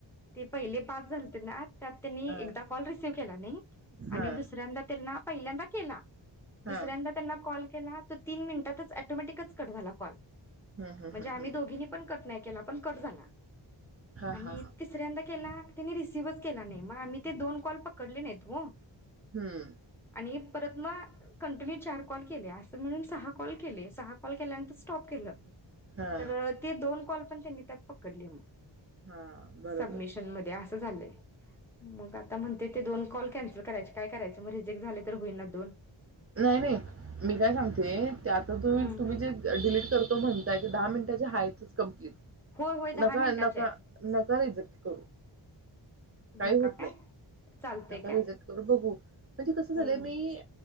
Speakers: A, in the centre; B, on the right.
A: ते पहिले पाच झाल त्याना त्यात त्यानी
B: हा
A: एकदा कॉल रिसीव केला नाही
B: हा
A: आणि दुसऱ्यांदा त्यांना पहिल्यांदा केला दुसऱ्यांदा
B: हा
A: त्यांना कॉल केला तर तीन मिनिटातच ऑटोमॅटिकच कट झाला कॉल
B: हम्म हम्म
A: म्हणजे
B: हम्म
A: आम्ही
B: हम्म
A: दोघीनी पण कट नाही केला पण कट झाला
B: हा
A: आणि
B: हा हा
A: तिसऱ्यांदा केला त्यांनी रिसिव्हच केला नाही म आम्ही ते दोन कॉल पकडले नाहीत ओ
B: हम्म
A: आणि परत म कंटिन्यू चार कॉल केले अस म्हणून सहा कॉल केले सहा कॉल केल्यानंतर स्टॉप केलं.
B: हा
A: तर ते दोन कॉल त्यांनी त्यात पकडले मग
B: हा बरोबर
A: सबमिशनमध्ये असं मग आता म्हणते ते दोन कॉल कॅन्सल करायचे काय करायच मग रिजेक्ट झाले तर होईल ना दोन
B: नाही नाही मी काय सांगते आता त
A: हम्म.
B: तुम्ही जे डिलीट करतो म्हणताय दहा मिनटाच्या हातच कम्प्लीट
A: होय होय दहा
B: नका
A: मिनिटाचे
B: नका
A: आहेत.
B: नका रिजेक्ट करू काही
A: नका
B: होत नाही
A: काय चालतंय
B: नका
A: काय?
B: रिजेक्ट करू बघू म्हणजे कस झालंय
A: हम्म.
B: मी